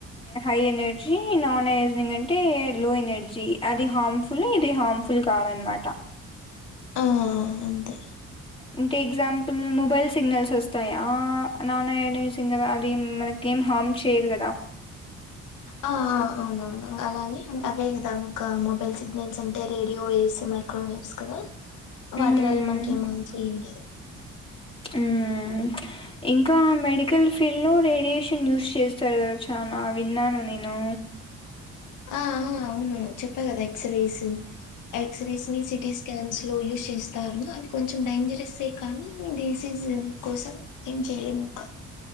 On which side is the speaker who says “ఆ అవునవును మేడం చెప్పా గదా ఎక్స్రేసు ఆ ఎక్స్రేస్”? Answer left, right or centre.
Left